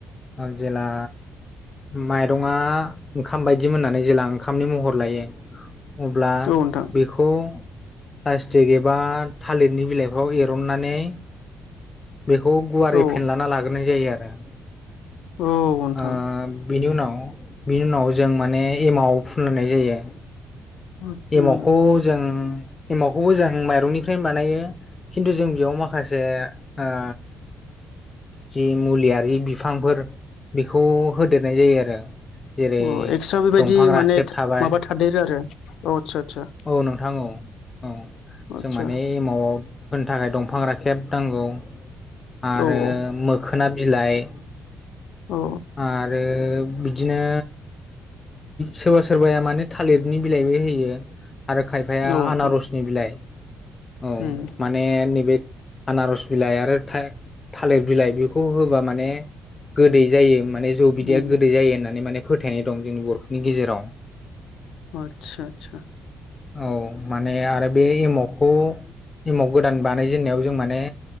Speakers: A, on the left; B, on the left.
A: आं जेला माइरंआ ओंखाम बायदि मोन्नानै जेला ओंखामनि महर लायो अब्ला
B: औ नोंथां
A: बेखौ प्लास्टिक एबा थालिरनि बिलाइफ्राव एरननानै बेखौ गुवारै
B: औ
A: फेनलाना लागोरनाय जायो आरो। ओ
B: औ नोंथां
A: बिनि उनाव बिनि उनाव जों माने एमाव फुननाय जायो।
B: उम
A: एमावखौ जों एमावखौबो जों माइरंनिफ्रायनो बानायो खिन्थु जों बेयाव माखासे ओ जि मुलियारि बिफांफोर बेखौ होदेरनाय जायो आरो। जेरै
B: अ' एक्सट्रा बेबायदि
A: दंफां राखेब
B: माने
A: थाबाय
B: माबा थादेरो आरो अ' आथ्सा आथ्सा।
A: औ नोंथां, औ औ,
B: आदसा
A: जों माने एमावआव होनो थाखाय दंफां राखेब नांगौ आरो
B: औ औ
A: मो खोना बिलाइ
B: अ'
A: आरो बिदिनो सोरबा सोरबाया माने थालिरनि बिलाइबो होयो। आरो खायफाया
B: नोंथां
A: आनारसनि बिलाइ औ,
B: उम
A: मा ने नैबो आनारस बिलाइ आरो था-थालिर बिलाइ बि खौ होबा माने गोदै जायो माने जौ बिदैया
B: उम
A: गोदै जायो होननानै माने फोथायनाय दं जोंनि बर' नि गेजेराव।
B: आदसा आदसा
A: औ, माने आरो बे एमावखौ एमाव गोदान बानाय जेन्नायाव जों माने